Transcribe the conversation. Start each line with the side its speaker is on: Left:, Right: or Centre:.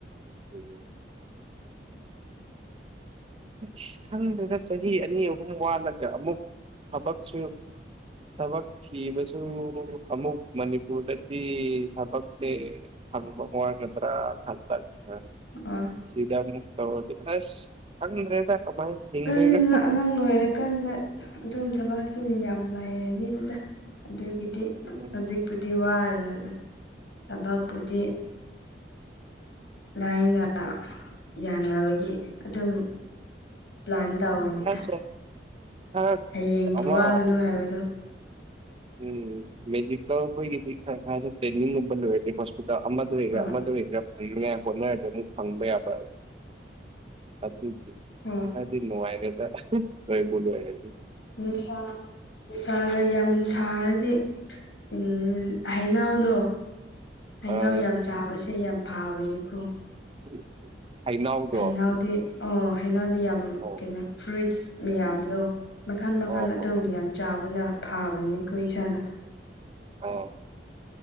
Right: ꯎꯝ ꯏꯁ ꯈꯪꯗ꯭ꯔꯦꯗꯥ ꯆꯍꯤ ꯑꯅꯤ ꯑꯍꯨꯝ ꯋꯥꯠꯂꯒ ꯑꯃꯨꯛ ꯊꯕꯛꯁꯨ ꯊꯕꯛ ꯊꯤꯕꯁꯨ ꯑꯃꯨꯛ ꯃꯅꯤꯄꯨꯔꯗꯗꯤ ꯊꯕꯛꯁꯦ ꯐꯪꯕ ꯋꯥꯒꯗ꯭ꯔꯥ ꯊꯕꯛꯀ
Left: ꯑꯣ
Right: ꯁꯤꯗꯃꯨꯛ ꯇꯧꯔꯗꯤ ꯑꯁ ꯈꯪꯗ꯭ꯔꯦꯗꯥ ꯀꯃꯥꯏ ꯍꯤꯡꯗꯣꯏꯅꯣ
Left: ꯑꯗꯨꯅꯦ ꯅꯪ ꯂꯣꯏꯔꯀꯥꯟꯗ ꯑꯗꯨꯝ ꯊꯕꯥꯛꯇꯤ ꯃꯤ ꯃꯌꯥꯝ ꯂꯩꯔꯅꯤꯗ ꯑꯗꯨꯒꯤꯗꯤ
Right: ꯎꯝ
Left: ꯍꯧꯖꯤꯛꯄꯨꯗꯤ ꯋꯥꯔꯅꯨꯗ ꯊꯕꯛꯄꯨꯗꯤ ꯂꯥꯏꯅ ꯌꯥꯅꯕꯒꯤ ꯑꯗꯨꯝ ꯄ꯭ꯂꯥꯟ ꯇꯧꯒꯅꯤꯗ
Right: ꯑ ꯈꯔ
Left: ꯍꯌꯦꯡꯒꯤ
Right: ꯑꯃ
Left: ꯋꯥꯒꯅꯨ ꯍꯥꯏꯕꯗꯣ
Right: ꯎꯝ ꯃꯦꯗꯤꯀꯦꯜ ꯈꯣꯢꯒꯤꯗꯤ <unintelligible> ꯅꯝꯕꯝꯕꯔ ꯂ ꯐ ꯗ ꯑꯃꯗ ꯑꯣꯏꯒꯦꯔꯥ
Left: ꯍꯣꯏ
Right: ꯑꯃꯗ ꯑꯣꯏꯒꯦꯔꯥ ꯐꯪꯅꯤꯡꯉꯥꯏ ꯍꯣꯠꯅꯔꯗ ꯑꯃꯨꯛ ꯐꯪꯕ ꯌꯥꯕ ꯑꯗꯨ
Left: ꯍꯣꯏ
Right: ꯑꯗꯨꯗꯤ ꯅꯨꯡꯉꯥꯏꯔꯦꯗ <unintelligible> ꯂꯣꯏꯕꯨ ꯂꯣꯏꯔꯗꯤ
Left: ꯅꯨꯡꯁꯥ ꯅꯨꯡꯁꯥꯒ ꯌꯥꯝ ꯁꯥꯔꯗꯤ ꯎꯝ ꯍꯩꯅꯧꯗꯨ ꯍꯩꯅꯧ
Right: ꯑꯥ
Left: ꯌꯥꯝ ꯆꯥꯕꯁꯦ ꯌꯥꯝ ꯐꯥꯕꯅꯤꯀꯣ
Right: <inaudible> ꯍꯩꯅꯧꯗꯣ
Left: ꯍꯩꯅꯧꯗꯤ ꯑꯣ ꯍꯩꯅꯧꯗꯤ ꯌꯥꯝ
Right: ꯑꯣ
Left: ꯀꯩꯅꯣ ꯐ꯭ꯔꯨꯏꯠꯁ ꯃꯌꯥꯝꯗꯣ ꯃꯈꯜ ꯃꯈꯜ
Right: ꯑꯣ
Left: ꯑꯗꯨꯝ
Right: ꯑꯣ ꯑꯣ
Left: ꯌꯥꯝ ꯆꯥꯕꯅ ꯐꯕꯅꯤꯀꯣ ꯏꯁꯥꯗ
Right: ꯑꯥ